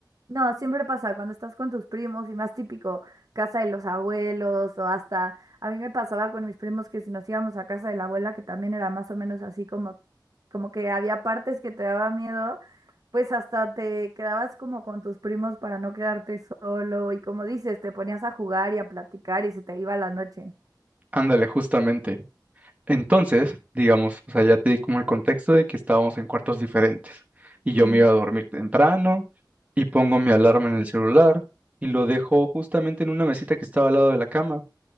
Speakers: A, on the right; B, on the right.
A: No, siempre pasa cuando estás con tus primos y más típico, casa de los abuelos o hasta, a mí me pasaba con mis primos que si nos íbamos a casa de la abuela, que también era más o menos así como, como que había partes que te daba miedo, pues hasta te quedabas como con tus primos para no quedarte solo y como dices, te ponías a jugar y a platicar y se te iba la noche.
B: Ándale, justamente. Entonces, digamos, o sea, ya te di como el contexto de que estábamos en cuartos diferentes y yo
A: Ujú,
B: me iba a dormir temprano y pongo mi alarma en el celular y lo dejo justamente en una mesita que estaba al lado de la cama.